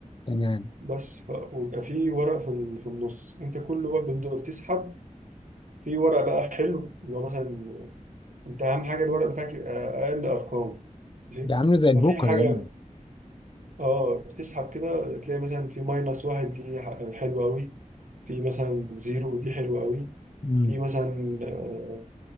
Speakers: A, on the left (about 35°); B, on the right (about 70°).
A: تمام
B: بس ف... ويبقى في ورق في ال- في النص انت كل ما بتدق- بتسحب في ورق بقى حلو اللي هو مثلا انت اهم حاجه الورق بتاعك يبقى اقل ارقام ماشي
A: ده عامله زي البوكر
B: ففي حاجه
A: يعني
B: اه بتسحب كده تلاقي مثلا في ماينس واحد دي ح- حلوه قوي في مثلا زيرو دي حلوه قوي
A: امم
B: في مثلا آه،